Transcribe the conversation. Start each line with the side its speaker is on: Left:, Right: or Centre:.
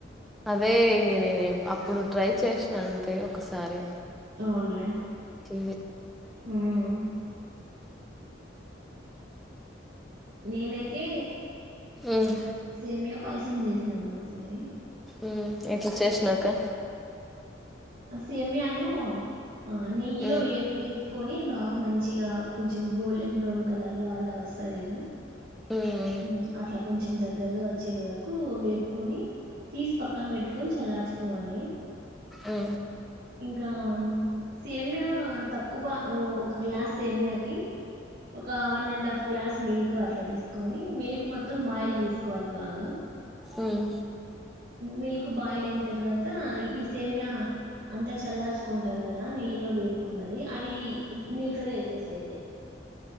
Centre: అదే ఇంగ నేను అప్పుడు ట్రై చేసిన అంతే ఒకసారి
Right: తోన్లే
Centre: చీ
Right: మ్ నేనైతే
Centre: ఉమ్
Right: సేమియా పాయసం జేస్నాను అయ్
Centre: మ్ ఎట్లా చేసినవ్ అక్క
Right: సేమ్యాను ఆ నెయ్యిలో
Centre: ఉమ్
Right: వేపి కొని బాగా మంచిగా కొంచెం గోల్డెన్ బ్రౌన్ కలర్ లో అలా వస్తాది కదా
Centre: ఉమ్
Right: మ్ అట్లా కొంచెం దగ్ దగ్గరగా వచ్చే వరకు వేపుకొని తీసి పక్కన పెట్టుకొని చల్లార్చుకోవాలి
Centre: మ్
Right: ఇంకా సేమ్య తక్కువ ఒక గ్లాస్ సేమ్యాకి ఒక one and half glass milk అట్లా తీస్ కొని మిల్క్ మొత్తం బాయిల్ చేసుకోవాలి బాగా
Centre: ఊమ్
Right: మిల్క్ బాయిల్ అయిన తర్వాత, ఈ సేమ్య అంతా చల్లార్చుకుంటాం. కదా నెయ్యిలో వేపుకున్నది అది మిల్క్ లో వేసేసేది.